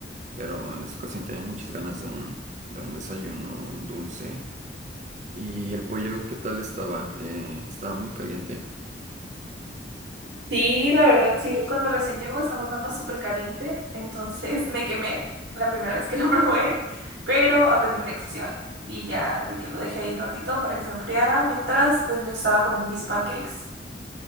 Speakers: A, on the right; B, on the right.
A: pero en esta ocasión tenía muchas ganas de un, de un desayuno dulce. Y el pollo, ¿qué tal estaba? Eh, estaba muy caliente.
B: Sí, la verdad, sí. Cuando recién llegó estaba súper caliente, entonces <laughs> me quemé la primera vez que lo <laughs> probé, pero aprendí mi lección y ya de que lo dejé ahí un ratito para que se enfriara mientras pues me estaba comiendo mis pancakes.